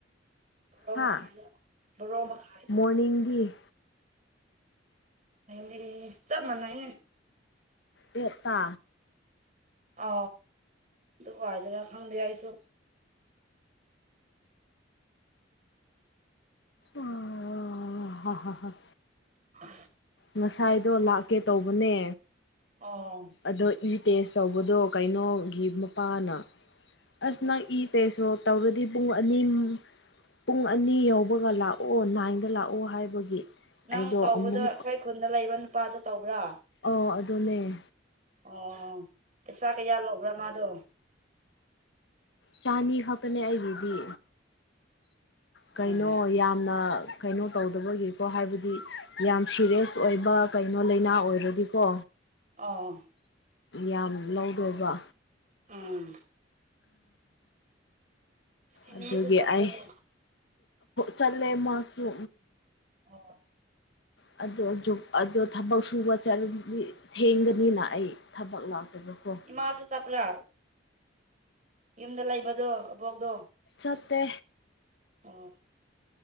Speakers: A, on the right (about 40°); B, on the left (about 65°).
A: ꯣꯔ
B: ꯍꯥ
A: ꯃꯈꯥꯏꯗ ꯣꯔꯣ ꯃꯈꯥꯏ
B: ꯃꯣꯔꯅꯤꯡꯒꯤ
A: ꯗꯤ ꯆꯞ ꯃꯥꯟꯅꯩꯅꯦ
B: ꯌꯦꯦꯠꯇ
A: ꯑ ꯑꯗꯨ ꯍ ꯍꯗꯔ ꯈꯪꯗꯤ ꯑꯥꯏꯁꯨ
B: ꯑꯣ ꯍ ꯍ
A: ꯑ
B: ꯉꯁꯥꯏꯗꯣ ꯂꯥꯛꯀꯦ ꯇꯧꯕꯅꯦ
A: ꯑꯥ
B: ꯑꯗꯣ ꯏ ꯇꯦꯁ ꯇꯧꯕꯗꯣ ꯀꯩꯅꯣꯒꯤ ꯃꯄꯥꯅ ꯑꯁ ꯅꯪ ꯏ ꯀꯩꯁꯨ ꯇꯧꯔꯗꯤ ꯄꯨꯡ ꯑꯅꯤ ꯄꯨꯡ ꯑꯅꯤ ꯌꯥꯎꯧꯕꯒ ꯂꯥꯛꯑꯣ ꯅꯥꯏꯟꯗ ꯂꯥꯛꯑꯣ ꯍꯥꯏꯕꯒꯤ
A: ꯅꯪ
B: ꯑꯩꯗꯣ
A: ꯇꯧꯕꯗꯣ
B: ꯑꯃꯨꯛ
A: ꯑꯩꯈꯣꯏ ꯈꯨꯟꯗ ꯂꯩꯕ ꯅꯨꯄꯥꯗꯣ ꯇꯧꯕ꯭ꯔꯥ
B: ꯑꯣ ꯑꯗꯨꯗꯅꯦꯦ
A: ꯑꯣ ꯄꯩꯁꯥ ꯀꯌꯥ ꯂꯧꯕ꯭ꯔꯥ ꯃꯥꯗꯣ
B: ꯆꯥꯅꯤ ꯈꯛꯇꯅꯦ ꯑꯩꯒꯤꯗꯤ ꯀꯩꯅꯣ
A: ꯎꯝ
B: ꯌꯥꯝꯅ ꯀꯩꯅꯣ ꯇꯧꯗꯕꯒꯤꯀꯣ ꯍꯥꯏꯕꯗꯤ ꯌꯥꯝ ꯁꯤꯦꯔꯤꯌꯁ ꯑꯣꯏꯕ ꯀꯩꯅꯣ ꯂꯥꯏꯅꯥ ꯑꯣꯏꯔꯗꯤꯀꯣ
A: ꯑꯣ
B: ꯌꯥꯝ ꯂꯧꯗꯕ
A: ꯑꯥ ꯏꯅꯦꯁꯨ
B: ꯑꯗꯨꯒꯤ
A: ꯆꯠꯄ꯭ꯔꯅꯦ
B: ꯑꯩ ꯂ ꯂꯩ ꯃꯥꯁꯨꯁꯨ
A: ꯑꯣ
B: ꯑ ꯑꯣ ꯊꯕꯛ ꯁꯨꯕ ꯊꯦꯡꯒꯅꯤꯅ ꯑꯩ ꯊꯕꯛ ꯂꯥꯛꯇꯕꯀꯣ
A: ꯏꯃꯥꯁꯨ ꯆꯄ꯭ꯔꯥ ꯌꯨꯝꯗ ꯂꯩꯕꯗꯣ ꯑꯕꯣꯛꯗꯣ
B: ꯅꯠꯇꯦ
A: ꯑꯣ